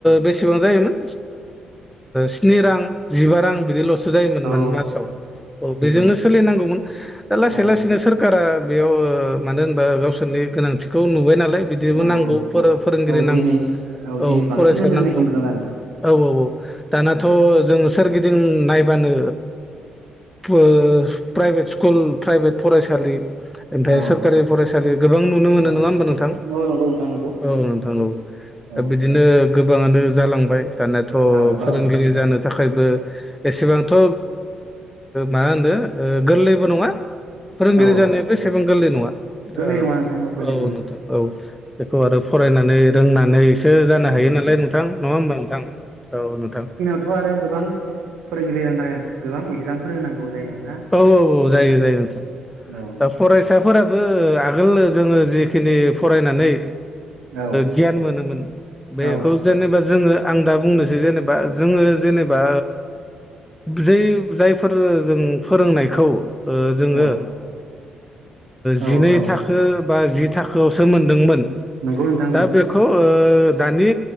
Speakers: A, in the centre; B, on the right (about 85°).
A: बेसेबां जायोमोन स्नि रां जिबा रां बिदि लसो जायोमोन
B: औ
A: माने मासाव औ बेजोंनो सोलिनांगौमोन दा लासै
B: औ
A: लासैनो सोर कारा बेयाव मानो होनबा गावसोरनि गोनांथि खौ नुबाय नालाय बिदिबो
B: औ
A: नांगौ फोरोंगिरि
B: औ
A: नांगौ
B: दिनै
A: औ
B: दिनै बांसिन
A: फरायसा
B: नोजोर
A: नांगौ।
B: होनायखौ नुदों आरो
A: औ औ औ दानाथ' जों सोरगिदिं नायबानो प्राइभेट स्कुल प्राइभेट फरायसालि ओमफ्राय
B: औ
A: सोरखारि फरायसालि गोबां नुनो मोनो
B: औ
A: नङा होमबा नोंथां
B: औ नंगौ नोंथां नंगौ
A: औ नोंथां औ
B: औ
A: दा बिदिनो गोबाङानो जालांबाय दानियाथ'
B: औ
A: फोरोंगिरि
B: औ
A: जानो थाखायबो एसेबांथ' मा होनो गोरलैबो नङा। फोरोंगिरि
B: औ
A: जानायाबो एसेबां गोरलै नङा दा
B: गोरलै नङा नोंथां गोरलै
A: औ
B: नङा
A: नोंथां। औ बेखौ आरो फरायनानै रोंनानै सो जानो
B: औ
A: हायो नालाय नोंथां नङा होमबा नोंथां औ नोंथां।
B: दाथ' आरो गोबां फोरोंगिरि जानो थाखाय गोबां एगजामफोर होनांगौ जायो नोंथां।
A: औ औ औ जायो जायो नोंथां
B: औ
A: दा फरायसाफोराबो आगोल जोङो जिखिनि फरायनानै
B: औ
A: गियान मोनोमोन बेखौ
B: औ
A: जेनेबा जोङो आं दा बुंनोसै जेनेबा जोङो जेनेबा जायफोर जों फोरोंनायखौ जोङो
B: औ
A: जिनै
B: औ औ
A: थाखो बा जि थाखोआवसो मोनदोंमोन।
B: नोंंगौ नोंथां
A: दा
B: नंगौ।
A: बेखौ दानि